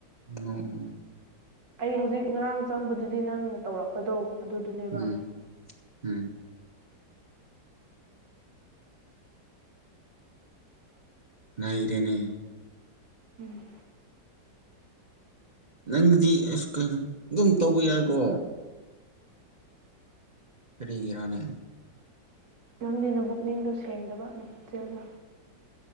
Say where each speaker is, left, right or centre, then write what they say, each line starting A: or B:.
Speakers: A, on the right; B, on the right.
A: ꯎꯝ ꯎꯝ
B: ꯑꯩ ꯍꯧꯖꯤꯛ ꯉꯔꯥꯡ ꯆꯪꯕꯗꯨꯗꯤ ꯅꯪꯅ ꯇꯧꯔꯛꯄꯗꯣ ꯑꯗꯨꯗꯨꯅꯦꯕ
A: ꯎꯝ ꯎꯝ ꯉ ꯏꯔꯦꯅꯦ
B: ꯎꯝ
A: ꯅꯪꯗꯤ ꯑꯁ ꯀꯩꯅꯣ ꯑꯗꯨꯝ ꯇꯧꯕ ꯌꯥꯏꯀꯣ ꯀꯔꯤꯒꯤꯔꯥꯅꯦ
B: ꯅꯪꯗꯤ ꯅꯕꯨꯛꯅꯤꯡꯗꯣ ꯁꯦꯡꯗꯕ ꯅꯆꯦꯜꯗ